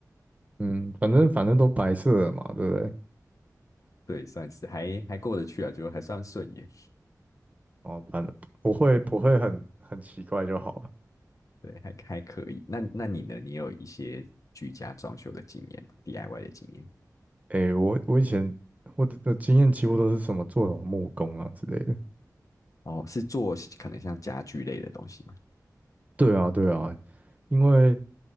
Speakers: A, on the right; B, on the left.
A: 嗯，反正反正都白色的嘛，对不对？
B: <laughs> 对，算是还还过得去啊，就还算顺眼，
A: 哦，反正不会不会很很奇怪就好了。
B: 对，还还可以。那那你呢？你有一些居家装修的经验吗？DIY 的经验？
A: 诶，我我以前我的的经验几乎都是什么做什么木工啊之类的。
B: 哦，是做可能像家具类的东西吗？
A: 对啊，对啊，因为